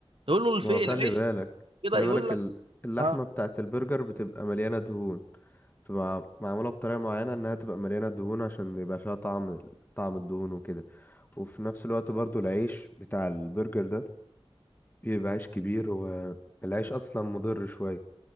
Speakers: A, on the right; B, on the left.
A: تقول له الفي
B: ما هو خلي
A: العيش
B: بالك
A: كده
B: خلي
A: يقول
B: بالك
A: لك
B: ال- اللحمة
A: اه
B: بتاعت البرجر بتبقى مليانة دهون بتبقى معمولة بطريقة معينة انها تبقى مليانة دهون عشان يبقى فيها طعم طعم الدهون وكده وفي نفس الوقت برضو العيش بتاع البرجر ده بيبقى عيش كبير والعيش اصلا مضر شوية